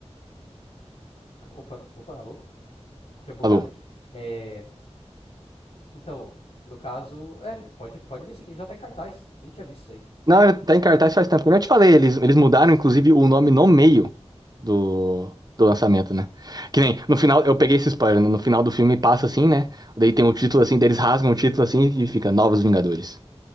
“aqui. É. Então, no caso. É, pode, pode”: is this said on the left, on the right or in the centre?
Left